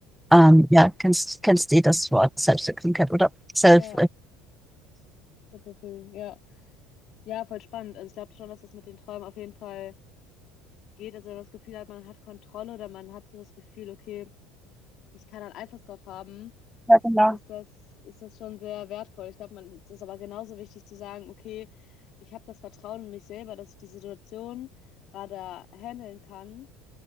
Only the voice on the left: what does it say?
Ja. Sehr fulfilling. Ja. Ja, voll spannend. Also ich glaube schon, dass das mit den Träumen auf jeden Fall geht. Also wenn man das Gefühl hat, man hat Kontrolle oder man hat so das Gefühl, okay, ich kann da einen Einfluss drauf haben
ist das, ist das schon sehr wertvoll. Ich glaube, man es ist aber genauso wichtig zu sagen, okay, ich habe das Vertrauen in mich selber, dass ich die Situation gerade handeln kann